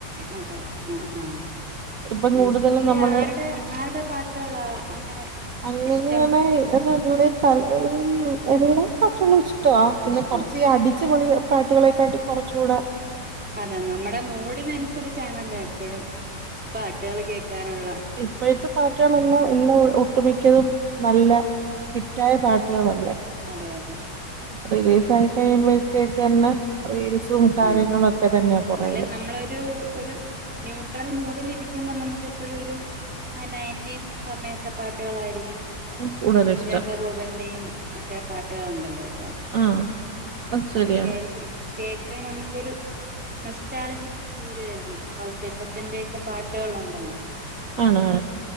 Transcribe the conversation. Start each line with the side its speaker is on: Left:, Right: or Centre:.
Centre: അതെ ആഹ് ആഹ്
Right: ഇപ്പം
Centre: മ്യൂസിക്കില്
Right: കൂടുതലും നമ്മള്
Centre: ആരുടെ ആരുടെ പാട്ടുള്ളാ അങ്ങനെ
Right: അങ്ങനെയാണ്
Centre: ഇഷ്ടം
Right: ഏതെന്നു പറഞ്ഞാലേ പല എല്ലാ പാട്ടുകളും ഇഷ്ടാ പിന്നെ
Centre: ഇഷ്ട
Right: കൊറച്ചീ അടിച്ചു പൊളി പാട്ടുകളെക്കാട്ടി കുറച്ചൂടെ
Centre: അതെ നമ്മടെ മൂഡിനനുസരിച്ചാണല്ലോ എപ്പഴും പാട്ടുകൾ കേൾക്കാനുള്ള
Right: ഇപ്പയത്തെ പാട്ടുകളെല്ലാം എല്ലാം ഒട്ടുമിക്കതും നല്ല ഹിറ്റായ പാട്ടുകളല്ലേ
Centre: അതെ അതെ
Right: റിലീസായി കഴിയുമ്പഴത്തേക്കന്നെ റീൽസും കാര്യങ്ങളും
Centre: അതെ
Right: ഒക്കെ തന്നെയാ പോറകിലെ
Centre: എങ്കിലും നമ്മളൊരു ഒരു ന്യൂട്രൽ മൂഡിലിരിക്കുന്നാ നമുക്ക് എപ്പഴും ഒരു അഹ് നയന്റീസ്‌ സമയത്തെ പാട്ടുകളായിരിക്കും
Right: കൂടുതൽ
Centre: കുഞ്ചാക്കോ
Right: ഇഷ്ടം
Centre: ബോബൻന്റെയും എക്കെ പാട്ടുകളുണ്ടല്ലോ ഒരുപാട്
Right: ആഹ് അത് ശരിയാ
Centre: അതൊക്കെയായിരിക്കും കേക് ക്കേ നമുക്കൊരു നൊസ്ൾസ്റ്റാജിക് ഫീലു തരുന്നത് ഔസേപ്പച്ചന്റെയൊക്കെ പാട്ട് ട്ടുകളുണ്ടല്ലോ
Right: ആണെ ആണ്